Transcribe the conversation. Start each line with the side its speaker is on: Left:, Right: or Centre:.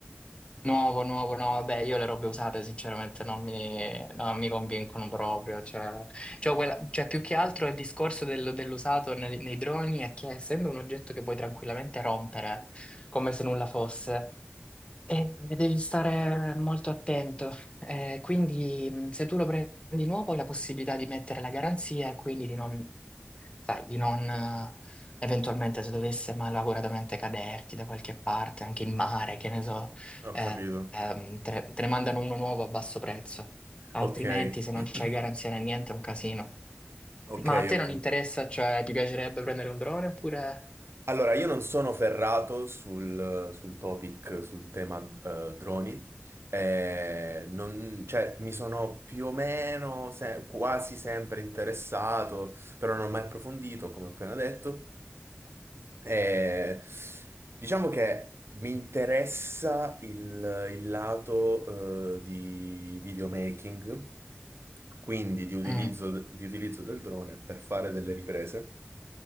Left: Nuovo, nuovo, no, vabbè, io le robe usate sinceramente non mi, non mi convincono proprio, cioè, cioè, quella- cioè, più che altro il discorso del- dell'usato nei, nei droni è che essendo un oggetto che puoi tranquillamente rompere come se nulla fosse, eh, devi stare molto attento, Eh, quindi mh, se tu lo prendi nuovo hai la possibilità di mettere la garanzia e quindi di non sai, di non eh, eventualmente se dovesse malauguratamente caderti da qualche parte, anche in mare, che ne so,
Right: Ho
Left: eh,
Right: capito.
Left: ehm, te, ne te ne mandano uno nuovo a basso prezzo. Altrimenti,
Right: Ok,
Left: se non c'hai
Right: <clears throat>
Left: garanzia né niente, è un casino.
Right: ok,
Left: Ma a te
Right: ok.
Left: non interessa, cioè ti piacerebbe prendere un drone oppure...
Right: Allora, io non sono ferrato sul, sul topic, sul tema eh, droni. Eh, non- cioè, mi sono più o meno se- quasi sempre interessato, però non ho mai approfondito, come ho appena detto. Eh, diciamo che mi interessa il, il lato, eh, di videomaking, quindi di utilizzo,
Left: Mm,
Right: di utilizzo del drone per fare delle riprese.